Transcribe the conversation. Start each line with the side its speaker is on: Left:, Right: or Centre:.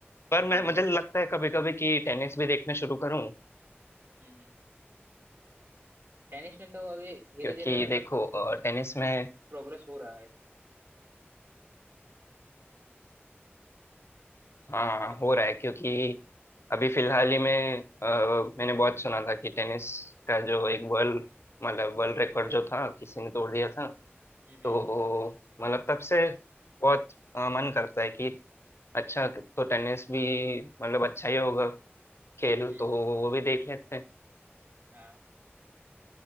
Left: पर मैं
Right: हाँ हाँ
Left: मुझे लगता है कभी कभी कि टेनिस भी देखना शुरू करूं
Right: हम्म हम्म टेनिस में तो अभी धीरे
Left: क्योंकि
Right: धीरे मतलब
Left: देखो अ,
Right: कुछ
Left: टेनिस में
Right: प्रोग्रेस हो रहा है आई थिंक
Left: हाँ
Right: अब
Left: हो रहा है क्योंकि अभी फिलहाल ही में अ, मैंने बहुत सुना था कि टेनिस का जो एक वर्ल्ड मतलब वर्ल्ड रिकॉर्ड जो था किसी ने तोड़ दिया था
Right: हम्म
Left: तो
Right: हम्म
Left: मतलब तब से बहुत अ, मन करता है कि अच्छा तो टेनिस भी मतलब अच्छा ही होगा खेल
Right: हम्म
Left: तो
Right: हम्म,
Left: वो भी देख लेते हैं
Right: हाँ